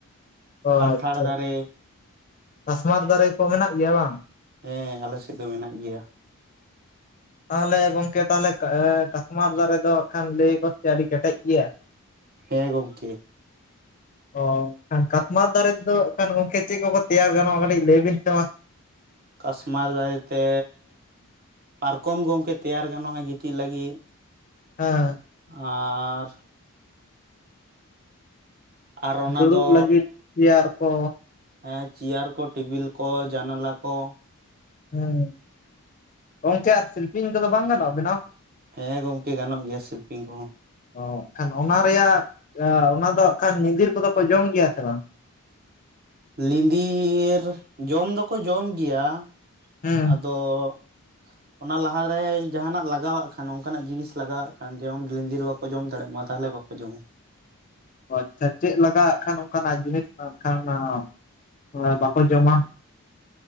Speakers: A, on the left; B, on the right.
A: ᱚ
B: ᱠᱟᱱᱴᱷᱟᱲ
A: ᱟᱪᱪᱷᱟ
B: ᱫᱟᱨᱮ
A: ᱠᱟᱥᱢᱟᱨ ᱫᱟᱨᱮ ᱠᱚ ᱢᱮᱱᱟᱜ ᱜᱮᱭᱟ ᱵᱟᱝ
B: ᱦᱮᱸ ᱟᱞᱮ ᱥᱮᱫ ᱫᱚ ᱢᱮᱱᱟᱜ ᱜᱮᱭᱟ
A: ᱛᱟᱦᱚᱞᱮ ᱜᱚᱢᱠᱮ ᱛᱟᱦᱚᱞᱮ ᱠᱟᱥᱢᱟᱨ ᱫᱟᱨᱮ ᱫᱚ ᱠᱷᱟᱱ ᱞᱟᱹᱭ ᱠᱚᱫ ᱪᱮ ᱟᱹᱰᱤ ᱠᱮᱴᱮᱡ ᱜᱮᱭᱟ
B: ᱦᱮᱸ ᱜᱚᱢᱠᱮ
A: ᱦᱚᱭ ᱠᱟᱥᱢᱟᱨ ᱫᱟᱨᱮ ᱛᱮᱫᱚ ᱮᱱᱠᱷᱟᱱ ᱜᱚᱝᱠᱮ ᱪᱮᱫ ᱠᱚᱠᱚ ᱛᱮᱭᱟᱨ ᱜᱟᱱᱚᱜᱼᱟ ᱠᱟᱹᱴᱤᱡ ᱞᱟᱹᱭ ᱵᱤᱱ ᱥᱮ ᱵᱟᱝ
B: ᱠᱟᱥᱢᱟᱨ ᱫᱟᱨᱮᱛᱮ ᱯᱟᱨᱠᱚᱢ ᱜᱚᱝᱠᱮ ᱛᱮᱭᱟᱨ ᱜᱟᱱᱚᱜᱼᱟ ᱜᱤᱛᱤᱡ ᱞᱟᱹᱜᱤᱫ
A: ᱦᱮᱸ
B: ᱟᱨ ᱟᱨ ᱚᱱᱟ
A: ᱫᱩᱲᱩᱵ
B: ᱫᱚ
A: ᱞᱟᱹᱜᱤᱫ ᱛᱮᱭᱟᱨ ᱠᱚ
B: ᱦᱮᱸ ᱪᱮᱭᱟᱨ ᱠᱚ ᱴᱮᱵᱤᱞ ᱠᱚ ᱡᱟᱱᱟᱞᱟ ᱠᱚ
A: ᱦᱮᱸ ᱜᱚᱝᱠᱮ ᱟᱨ ᱥᱤᱞᱯᱤᱧ ᱠᱚᱫᱚ ᱵᱟᱝ ᱜᱟᱱᱚᱜᱼᱟ ᱵᱮᱱᱟᱣ
B: ᱦᱮᱸ ᱜᱚᱝᱠᱮ ᱜᱟᱱᱚᱜ ᱜᱮᱭᱟ ᱥᱮᱞᱯᱤᱝ ᱠᱚᱦᱚᱸ
A: ᱚᱠᱷᱟᱱ ᱚᱱᱟ ᱨᱮᱭᱟᱜ ᱮ ᱚᱱᱟ ᱫᱚ ᱠᱷᱟᱱ ᱧᱤᱫᱤᱨ ᱠᱚᱫᱚ ᱠᱚ ᱡᱚᱢ ᱜᱮᱭᱟ ᱥᱮ ᱵᱟᱝ
B: ᱞᱤᱱᱰᱤᱨ ᱡᱚᱢ ᱫᱚᱠᱚ ᱡᱚᱢ ᱜᱮᱭᱟ
A: ᱦᱮᱸ
B: ᱟᱫᱚ <unintelligible> ᱚ ᱚᱱᱟ ᱞᱟᱦᱟᱨᱮ ᱡᱟᱦᱟᱸᱱᱟᱜ ᱞᱟᱜᱟᱣᱟᱜ ᱠᱷᱟᱱ ᱚᱱᱠᱟᱱᱟᱜ ᱡᱤᱱᱤᱥ ᱞᱟᱜᱟᱣᱟᱜ ᱠᱷᱟᱱ ᱡᱮᱢᱚᱱ ᱞᱤᱫᱤᱨ ᱵᱟᱠᱚ ᱡᱚᱢ ᱫᱟᱲᱮᱮᱜ ᱢᱟ ᱛᱟᱦᱚᱞᱮ ᱵᱟᱠᱚ ᱡᱚᱢᱟ
A: ᱚ ᱟᱪᱪᱷᱟ ᱪᱮᱫ ᱞᱟᱜᱟ ᱟᱜ ᱠᱷᱟᱱ ᱚᱱᱠᱟᱱᱟᱜ ᱡᱤᱱᱤᱥ ᱠᱷᱟ ᱠᱷᱟᱱ ᱟᱢ ᱚᱱᱟ ᱵᱟᱠᱚ ᱡᱚᱢᱟ